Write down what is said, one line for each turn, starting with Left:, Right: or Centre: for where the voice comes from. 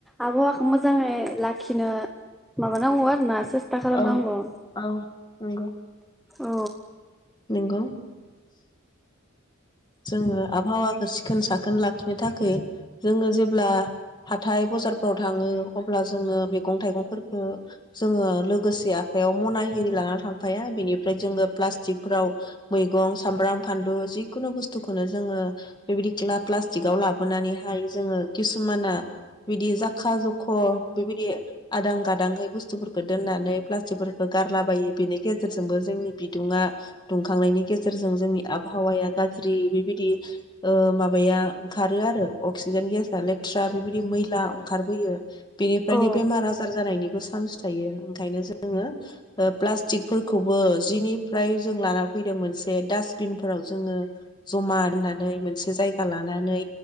Centre: आबहावाखौ मोजाङै लाखिनो माबा नांगौ आरो ना सेस्था खालामनांगौ
Left: औ औ नंगौ
Centre: औ
Left: नंगौ जोङो आबहावाखौ सिखोन साखोन लाखिनो थाखाय जोङो जेब्ला हाथाय बाजारफ्राव थाङो अब्ला जोङो मैगं थाइगंफोरखौ जोङो लोगोसे आखाइयाव मना हि लानानै थांफाया बेनिफ्राय जोङो प्लास्टिकफोराव मैगं सामब्राम फानलु जिखुनु बुस्थु बुस्थुखौनो जोङो बेबायदि प्लास्टिकआव लाबोनानैहाय जोङो किसुमाना बिदि जाखा जख' बेबायदि आदां गादांहै बुस्थुफोरखौ दोननानै प्लास्टिकफोरखौ गारलाबायो बेनि गेजेरजोंबो जोंनि बिदुङा दुंखांनायनि गेजेरजों जोंनि आबहावाया गा स्रि बेबायदि ओ माबाया ओंखारो आरो अक्सिजेन गेस लेथ्रा बिबायदि मैला ओंखारबोयो बेनिफ्रायनो
Centre: औ
Left: बेमार आजार जानायनि चान्स थायो ओंखायनो जोङो प्लास्टिकफोरखौबो जिनिफ्राय जों लाना फैदों मोनसे डास्टबिनफोराव जोङो जमा होननानै मोनसे जायगा लानानै